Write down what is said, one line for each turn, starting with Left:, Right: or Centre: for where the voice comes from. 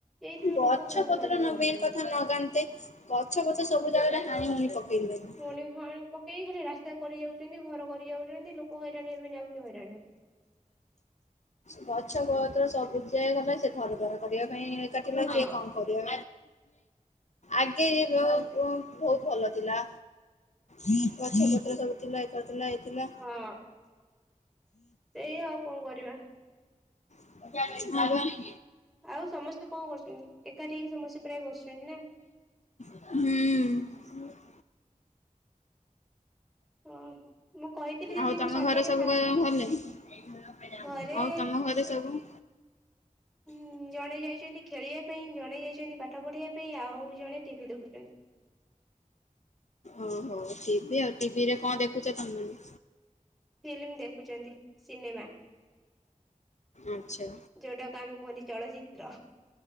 Centre: ଏଇଥିପାଇଁ
Left: ଗଛ
Centre: ଲୋକ ବହୁତ
Left: ପତ୍ର
Centre: ହଇରାଣ ହଉଛନ୍ତି
Left: ମେନେ କଥା ଲଗାନ୍ତେ। ଗଛ ପଛ ସବୁ ଜାଗାରେ ହାଣି ହୁଣି ପକେଇଲେଣି।
Centre: <unintelligible> ପକେଇ ଖାଲି ରାସ୍ତା କରି ଯାଉଚନ୍ତି ଘର କରି ଯାଉଚନ୍ତି ଲୋକ ହଇରାଣ ହେବେନି ଆଉ କିଏ ହଇରାଣ ହେବେ।
Left: ଗଛ ପତ୍ର ସବୁ ଯେ ଗଲା ସେ ଘର ଦ୍ୱାର କରିବା ପାଇଁ କାଟିଲା
Centre: ହଁ।
Left: କିଏ କଣ କରିବ। ଆଗେ ଏ <inaudible> ବହୁତ ଭଲ ଥିଲା। ଗଛ ପତ୍ର ସବୁଥିଲା ଏକାଥିଲା ହେଇଥିଲା।
Centre: ହଁ। ସେଇ ଆଉ କଣ କରିବା।
Left: <inaudible>
Centre: ଆଉ ସମସ୍ତେ କଣ କରୁଚନ୍ତି ଏକାଠି ହେଇକି ସମସ୍ତେ ପ୍ରାୟ ବସିଚନ୍ତି ନା।
Left: ହୁଁ।
Centre: ହଁ ମୁଁ କହିଥିଲି ଯେମିତି
Left: ଆଉ ତମ
Centre: ମୁଁ ସନ୍ଧ୍ୟାରେ
Left: ଘରେ ସବୁ
Centre: ଫାଙ୍କା
Left: କହିବ
Centre: ହେବି।
Left: ଭଲେ ଆଉ
Centre: ଘରେ
Left: ତମ ଘରେ ସବୁ?
Centre: ହୁଁ ଜଣେ ଯାଇଚନ୍ତି ଖେଳିବା ପାଇଁ ଜଣେ ଯାଇଚନ୍ତି ପାଠ ପଢିବା ପାଇଁ ଆଉ ଜଣେ ଟିଭି ଦେଖୁଚନ୍ତି।
Left: ଓହୋ ଟିଭି ଆଉ ଟିଭିରେ କଣ ଦେଖୁଚ ତମେମାନେ?
Centre: ଫିଲ୍ମ ଦେଖୁଚନ୍ତି ସିନେମା।
Left: ଆଚ୍ଛା।
Centre: ଯୋଉଟାକୁ ଆମେ କୁହନ୍ତି ଚଳଚିତ୍ର